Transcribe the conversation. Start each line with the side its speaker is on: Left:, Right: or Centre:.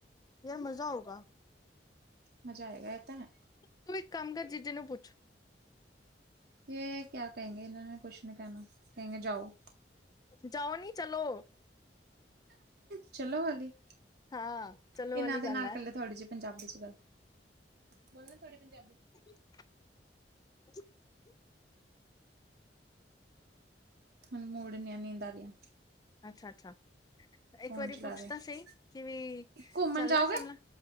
Left: ਯਾਰ ਮਜ਼ਾ ਆਊਗਾ।
Right: ਮਜ਼ਾ ਆਏਗਾ ਇ ਤਾਂ ਹੈ।
Left: ਤੂੰ ਇੱਕ ਕੰਮ ਕਰ ਜੀਜੇ ਨੂੰ ਪੁੱਛ।
Right: ਇਹ ਕਿਆ ਕਹੇਗੇ ਇਹਨਾਂ ਨੇ ਕੁਛ ਨੀ ਕਿਹਨਾ ਕਹੇਗੇ ਜਾਓ।
Left: ਜਾਓ ਨੀ ਚਲੋ।
Right: ਚਲੋ ਵਾਲੀ
Left: ਹਾਂ ਚਲੋ
Right: ਇਹਨਾਂ
Left: ਵਾਲੀ
Right: ਦੇ
Left: ਗੱਲ
Right: ਨਾਲ
Left: ਐ।
Right: ਕੱਲੇ ਥੋੜੀ ਜਿਹੀ ਪੰਜਾਬੀ ਚ ਗੱਲ ਬੋਲਣਾ ਥੋੜੀ ਪੰਜਾਬੀ।
Left: <unintelligible>
Right: ਹੁਨ ਮੁੂੜ ਨਿ ਐ ਨੀਂਦ ਆ ਰਿਹਾ
Left: ਅੱਛਾ ਅੱਛਾ
Right: ਫੋਨ
Left: ਇੱਕ ਵਾਰੀ
Right: ਚਲਾ
Left: ਪੁੱਛਦਾ
Right: ਰਹੇ
Left: ਸੀ ਕਿ ਵੀ
Right: ਘੁੰਮਣ
Left: ਚੱਲਨਾ
Right: ਜਾਓਗੇ
Left: ਸ਼ਿਮਲਾ